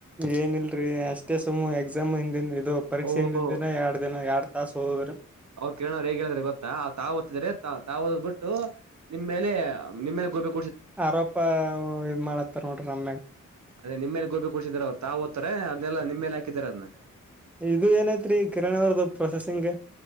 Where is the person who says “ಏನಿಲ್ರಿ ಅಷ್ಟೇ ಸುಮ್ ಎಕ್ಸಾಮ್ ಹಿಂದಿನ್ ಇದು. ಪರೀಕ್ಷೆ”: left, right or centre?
Centre